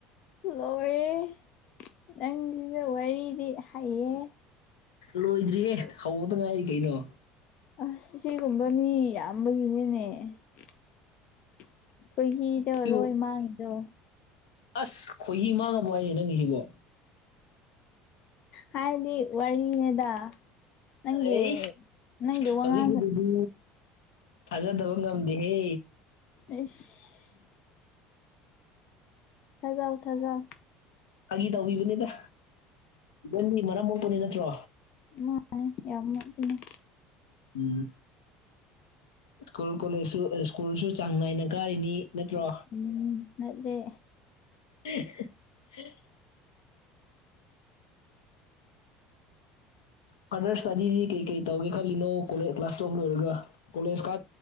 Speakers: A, on the left; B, on the left.
A: ꯂꯣꯏꯔꯦ ꯅꯪꯁꯤꯁꯨ ꯋꯥꯔꯤꯗꯤ ꯍꯩꯌꯦ
B: ꯂꯣꯏꯗ꯭ꯔꯤꯍꯦ ꯍꯧꯕꯗ ꯉꯥꯏꯔꯤ ꯀꯩꯅꯣ
A: ꯑꯁ ꯁꯤꯒꯨꯝꯕ ꯃꯤ ꯌꯥꯝꯕꯒꯤꯅꯤꯅꯦ ꯑꯩꯈꯣꯏꯍꯤꯗ
B: ꯏꯕꯨ
A: ꯂꯣꯏ ꯃꯥꯡꯉꯤꯗꯣ
B: ꯑꯁ ꯈꯣꯏꯍꯤ ꯃꯥꯡꯉꯕꯣ ꯍꯥꯏꯁꯦ ꯅꯪꯒꯤ ꯁꯤꯕꯣ
A: ꯍꯥꯏꯗꯤ ꯋꯥꯔꯤꯅꯦꯗ ꯅꯪ
B: ꯑꯩꯁ
A: ꯅꯪ ꯋꯥꯉ
B: ꯍꯧꯖꯤꯛꯀꯤꯗꯨꯗꯤ ꯊꯥꯖꯗꯕ ꯉꯝꯗꯦꯍꯦ
A: ꯑꯦꯁ ꯊꯖꯥꯎ ꯊꯖꯥꯎ
B: ꯑꯥꯒꯤ ꯇꯧꯕꯤꯕꯅꯤꯗ ꯏꯕꯟꯒꯤ ꯃꯔꯝ ꯃꯣꯛꯄꯅꯤ ꯅꯠꯇ꯭ꯔꯣ
A: ꯃꯥꯅꯦ ꯌꯥꯝ ꯑꯗꯨꯅꯦ
B: ꯎꯝ ꯏꯁ꯭ꯀꯨꯜ ꯀꯣꯂꯦꯖꯁꯨ ꯁ꯭ꯀꯨꯜꯁꯨ ꯆꯥꯡ ꯅꯥꯏꯅ ꯀꯥꯔꯤꯅꯤ ꯅꯠꯇ꯭ꯔꯣ
A: ꯎꯝ ꯑꯗꯦ
B: <unintelligible> ꯐꯗꯔꯁꯇꯥꯗꯤꯗꯤ ꯀꯩ ꯀꯩ ꯇꯧꯒꯦ ꯈꯜꯂꯤꯅꯣ ꯀꯣꯂꯦꯖ ꯀ꯭ꯂꯥꯁ ꯇꯧꯕ ꯂꯣꯏꯔꯒ ꯀꯣꯂꯦꯖ ꯀ